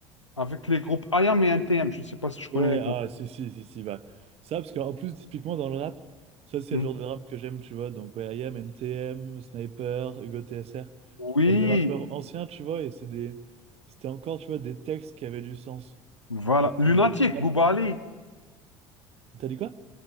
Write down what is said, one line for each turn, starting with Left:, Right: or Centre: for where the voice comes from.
Left: avec les groupes IAM et NTM. Je ne sais pas si tu
Right: Ouais,
Left: connais les groupes.
Right: ah, si, si, si, si, bah, ça, parce qu'en plus, typiquement dans le rap, ça, c'est
Left: Hmm.
Right: le genre de rap que j'aime, tu vois, donc, ouais, IAM, NTM, Sniper, Hugo TSR,
Left: Oui,
Right: genre des rappeurs anciens, tu vois, et c'est des, c'était encore, tu vois, des textes qui avaient du sens,
Left: voilà.
Right: alors
Left: Lunatique,
Right: que le, le rap,
Left: Bouba Ali.
Right: t'as dit quoi?